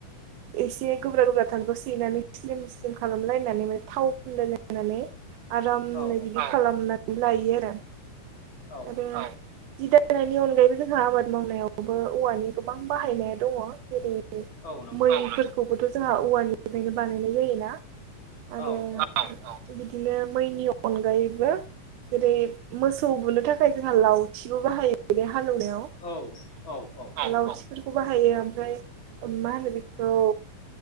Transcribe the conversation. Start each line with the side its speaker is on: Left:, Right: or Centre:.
Right: एसे गोब्रा गोब्रा थानायखौ सैनानै स्लिम स्लिम खालामलायनानै माने थाव फुनलायलायनानै आरामै
Left: औ
Right: बिदि खालामनानै लायो आरो
Left: औ
Right: आरो जि दानायनि अनगायैबो जोंहा आबाद मावनायावबो औवानि गोबां बाहायनाय दङ जेरै
Left: औ नंगौ
Right: मैफोरखौबोथ' जोंहा औवानिफ्रायनो बानायनाय जायोना आरो
Left: औ औ
Right: बिदिनो मैनि अनगायैबो जेरै मोसौ सौ बुनो थाखाय जोंहा लावथिबो बाहायो बेे हालवनायाव
Left: औ औ औ
Right: लावथि बेफोरखौ बाहायो ओमफ्राय मा होनो बेखौ